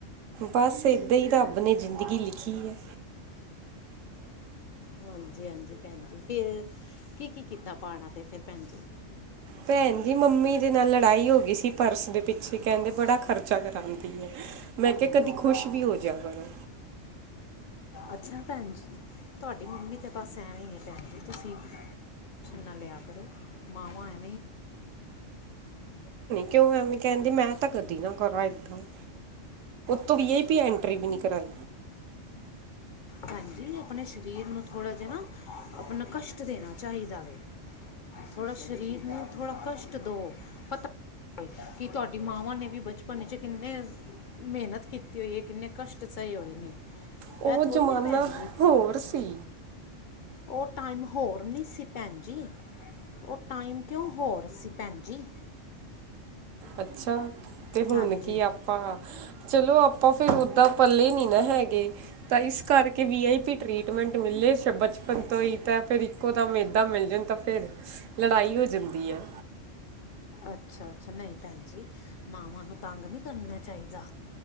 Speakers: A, on the right; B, on the left.
A: ਬਸ ਇਹਦਾਂ ਹੀ ਰੱਬ ਨੇ ਜ਼ਿੰਦਗੀ ਲਿਖੀ ਹੈ।
B: ਹਾਂਜੀ ਹਾਂਜੀ ਭੈਣ ਜ ਫਿਰ ਕੀ ਕੀ ਕੀਤਾ ਪਹਾੜਾਂ ਤੇ ਫਿਰ ਭੈਣ ਜ
A: ਭੈਣ ਜੀ ਮੰਮੀ ਦੇ ਨਾਲ ਲੜਾਈ ਹੋ ਗਈ ਸੀ ਪਰਸ ਦੇ ਪਿੱਛੇ ਕਹਿੰਦੇ ਬੜਾ ਖਰਚਾ ਕਰਾਉਂਦੀ ਆ ਮੈਂ ਕਿਹਾ ਕਦੇ ਖੁਸ਼ ਵੀ ਹੋ ਜਾ ਕਰੋ।
B: ਅੱਛਾ ਭੈਣ ਜੀ ਤੁਹਾਡੀ ਮੰਮੀ ਤੇ ਬਸ ਐਵੇਂ ਹੀ ਹੈ ਭੈਣ ਜੀ ਤੁਸੀਂ ਟੈਨਸ਼ਨ ਨਾ ਲਿਆ ਕਰੋ ਮਾਵਾਂ ਐ
A: ਕਿਉ ਐਵੇਂ ਕਹਿੰਦੀ ਮੈਂ ਤਾਂ ਕਦੀ ਨਾ ਕਰਾਂ ਏਦਾਂ। ਤੋ ਯਹ ਬੀ ਐਂਟਰੀ ਨਹੀਂ ਕਰਾਈ
B: ਭੈਣ ਜੀ ਆਪਣੇ ਸਰੀਰ ਨੂੰ ਥੋੜਾ ਜਿ ਨਾ ਆਪਣਾ ਕਸ਼ਟ ਦੇਣਾ ਚਾਹੀਦਾ ਵੇ ਥੋੜਾ ਸਰੀਰ ਨੂੰ ਥੋੜ੍ਹਾ ਕਸ਼ਟ ਦਓ ਪਤਾ ਕਿ ਤੁਹਾਡੀ ਮਾਵਾਂ ਨੇ ਵੀ ਬਚਪਨ 'ਚ ਕਿੰਨੇ ਮਿਹਨਤ ਕੀਤੀ ਹੋਈ ਹੈ ਕਿੰਨੇ ਕਸ਼ਟ ਸਹੇ ਹੋਏ ਨੇ
A: ਉਹ
B: ਇਹ ਥੋੜ੍ਹੀ
A: ਜ਼ਮਾਨਾ
B: ਨਾ ਭੈਣ ਜੀ
A: ਹੋਰ ਸੀ
B: ਉਹ ਟਾਈਮ ਹੋਰ ਨਹੀ ਸੀ ਭੈਣ ਜੀ ਉਹ ਟਾਈਮ ਕਿਉਂ ਹੋਰ ਸੀ ਭੈਣ ਜੀ
A: ਅੱਛਾ ਤੇ ਹੁਣ
B: ਹਾਂਜੀ
A: ਕੀ ਆਪਾਂ ਚਲੋ ਆਪ ਆਪਾਂ ਫਿਰ ਉੱਦਾਂ ਪੱਲੇ ਨਹੀਂ ਨਾ ਹੈਗੇ ਤਾਂ ਇਸ ਕਰਕੇ V I P treatment ਮਿਲਲੇ ਸਭ ਬਚਪ <unintelligible> ਪੰਤ ਹੀ ਤਾਂ ਫਿਰ ਇੱਕੋ ਦਮ ਏਦਾ ਮਿਲ ਜਾਣ ਤਾਂ ਫੇਰ ਲੜਾਈ ਹੋ ਜਾਂਦੀ ਹੈ
B: ਅੱਛਾ ਅੱਛਾ ਨਹੀਂ ਭੈਣ ਜੀ ਮਾਵਾਂ ਨੂੰ ਤੰਗ ਨਹੀਂ ਕਰਨਾ ਚਾਹੀਦਾ